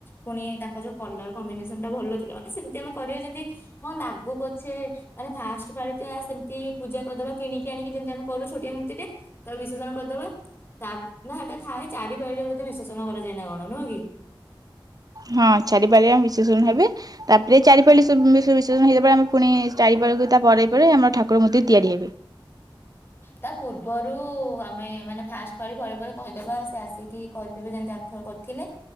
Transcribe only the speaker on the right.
ହଁ ଚାରିପାଳି ଆ ବିଶେଷଣ ହେବେ ତାପରେ ଚାରିପାଲି ବିଶେଷଣ ହେଇଯ ଆମେ ପୁଣି ଚାରିପାରଖ ତା ପରେ ପରେ ଆମର ଠାକୁର ମୂର୍ତ୍ତି ତିଆରି ହେବେ।